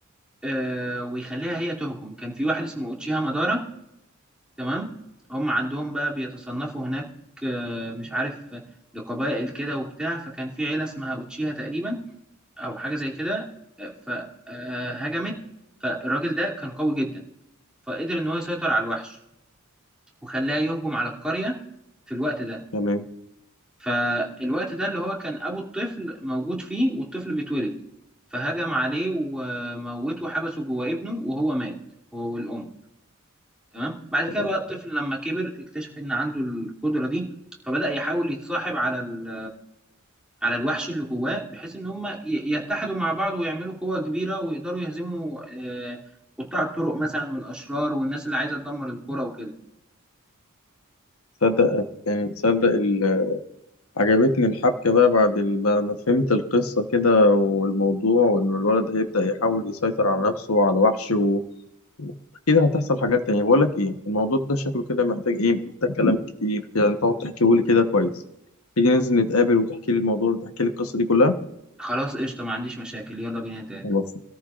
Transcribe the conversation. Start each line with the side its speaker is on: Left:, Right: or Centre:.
Centre: آه، ويخليها هي تهجم كان في واحد اسمه اوتشيها مادارا تمام هم عندهم بقى بيتصنفوا هناك آه، مش عارف آه، لقبائل كده وبتاع فكان في عيله اسمها اوتشيها تقريبا او حاجه زي كده فهجمت فالراجل ده كان قوي جدا فقدر ان هو يسيطر على الوحش وخلاه يهجم على القرية في الوقت ده
Left: تمام
Centre: فالوقت ده اللي هو كان ابو الطفل موجود فيه والطفل بيتولد فهجم عليه وموته وحبسه جوه ابنه وهو مات هو والام تمام بعد
Left: تمام
Centre: كده بقى الطفل لما كبر اكتشف ان عنده القدرة دي فبدأ يحاول يتصاحب على ال- على الوحش اللي جواه بحيث ان هم ي- يتحدوا مع بعض ويعملوا قوة كبيرة ويقدروا يهزموا آه، قطاع الطرق مثلا والاشرار والناس اللي عايزة تدمر القرى وكده
Left: تصدق يعني تصدق ال- عجبتني الحبكه بقى بعد ال- بعد ما فهمت القصه كده والموضوع وان الولد هيبدا يحاول يسيطر على نفسه وعلى الوحش و... اكيد هتحصل حاجات تانية بقول لك ايه الموضوع ده شكله كده محتاج ايه محتاج كلام كتير يعني تقعد تحكيه لي كده كويس تيجي ننزل نتقابل وتحكي لي الموضوع وتحكي لي القصه دي كلها
Centre: خلاص قشطة ما عنديش مشاكل يلا بينا نتقابل
Left: خلاص